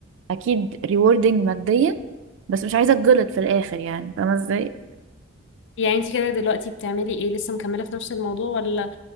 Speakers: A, on the right (about 60°); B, on the left (about 60°).
A: اكيد rewarding ماديا بس مش عايزة اتجلط في الاخر يعني فاهمة ازاي
B: يعني انت كده دلوقتي بتعملي ايه لسه مكمله في نفس الموضوع ولا